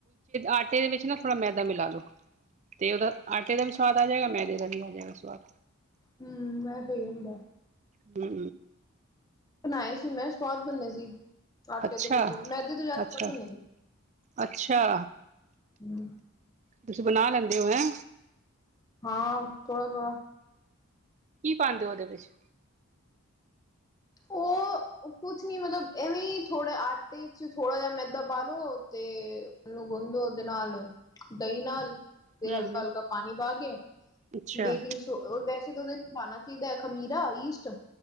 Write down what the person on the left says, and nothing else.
ਹੂ ਏ ਸਹੀ ਹੁੰਦਾ।
ਬਣਾਏ ਸੀ ਮੈਂ ਸਵਾਦ ਬਣੇ ਸੀ। ਆਟੇ
ਤੋਂ ਕੁਲਚੇ, ਮੈਦੇ ਤੋਂ ਜਾਦਾ
ਸਵਾਦ ਬਣੇ ਸੀ।
ਹੂੰ
ਹਾਂ ਥੋੜਾ, ਥੋੜਾ
ਔ ਕੁਛ ਨੀ ਮਤਲਬ ਐਵੇਂ ਥੋੜੇ ਆਟੇ ਚ ਥੋੜ੍ਹਾ ਜਿਹਾ ਮੈਦਾ ਪਾਲੋ, ਤੇ ਉਹਨੂੰ ਗੁੰਦੋ ਉਹਦੇ ਨਾਲ ਦਹੀਂ ਨਾਲ ਤੇ
ਹਲਕਾ,
ਹਲਕਾ ਪਾਣੀ ਪਾ ਕੇ,
ਬੇਕਿੰਗ ਸੋ ਸਿਰਫ ਉਹਦੇ ਵਿੱਚ ਪਾਣਾ ਚਾਹੀਦਾ ਹੈ, ਖਮੀਰਾ ਈਸਟ